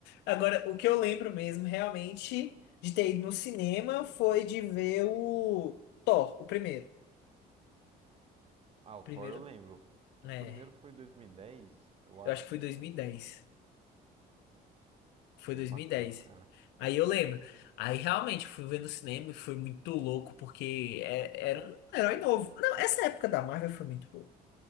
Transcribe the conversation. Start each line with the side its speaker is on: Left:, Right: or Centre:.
Left: Agora, o que eu lembro mesmo, realmente, de ter ido no cinema foi de ver o Thor, o primeiro.
Right: Ah, o Thor
Left: Primeiro,
Right: eu lembro.
Left: né?
Right: O primeiro foi 2010, eu acho,
Left: Eu acho que foi
Right: não
Left: dois
Right: foi?
Left: mil e dez. Foi
Right: Bem
Left: dois
Right: bacana,
Left: mil e dez
Right: cara.
Left: Aí eu lembro. Aí realmente eu fui ver no cinema e foi muito louco, porque é- era um herói novo. Não, essa época da Marvel foi muito boa.